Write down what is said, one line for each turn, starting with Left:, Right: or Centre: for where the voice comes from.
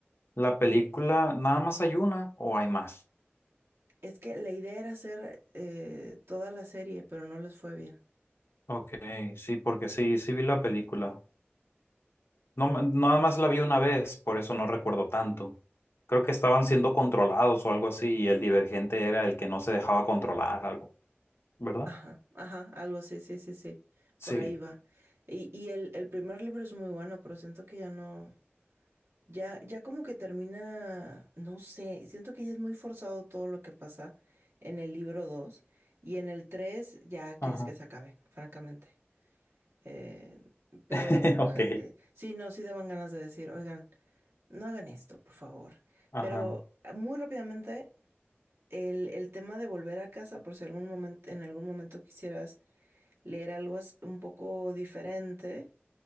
Left: ¿La película nada más hay una o hay más?
Right: Es que la idea era hacer eh, toda la serie, pero no les fue bien.
Left: Ok, sí, porque sí, sí vi la película. No, me- nada más la vi una vez, por eso no recuerdo tanto. Creo que estaban siendo controlados o algo así y el divergente era el que no se dejaba controlar algo, ¿verdad?
Right: Ajá, ajá, algo, sí, sí, sí, sí,
Left: Sí.
Right: por ahí va. Y, y el, el primer libro es muy bueno, pero siento que ya no, ya, ya como que termina, no sé, siento que ya es muy forzado todo lo que pasa en el libro 2 y en el 3 ya quieres
Left: Ajá.
Right: que se acabe, francamente. Eh, pero
Left: <laughs> Ok.
Right: <laughs> eh, sí, no, sí daban ganas de decir, oigan, no hagan esto, por favor.
Left: Ajá.
Right: Pero ah, muy rápidamente el, el tema de volver a casa, por si algún momento, en algún momento quisieras leer algo as- un poco diferente,